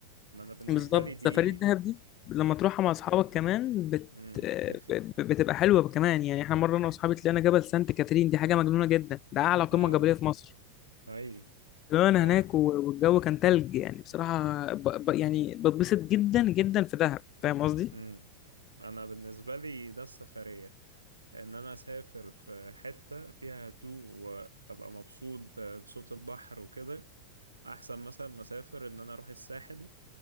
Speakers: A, on the right; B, on the left.
A: ما انا بالنسبة
B: بالظبط
A: لي دي
B: سفريه الدهب دي لما تروحها مع اصحابك كمان بت
A: امم
B: آه،
A: تفرق
B: ب- بتبقى حلوه كمان يعني احنا مره انا واصحابي طلعنا جبل سانت كاترين دي حاجه مجنونه جدا ده اعلى قمه
A: اه
B: جبليه في مصر
A: اي
B: طلعنا
A: آه.
B: هناك و- والجو كان تلج يعني بصراحه ب... ب... يعني بتبسط جدا جدا في دهب فاهم قصدي؟
A: امم انا بالنسبة لي ده السفرية ان انا اسافر في حتة فيها هدوء وابقى مبسوط ب- بصوت البحر وكده احسن مثلا ما اسافر ان انا اروح الساحل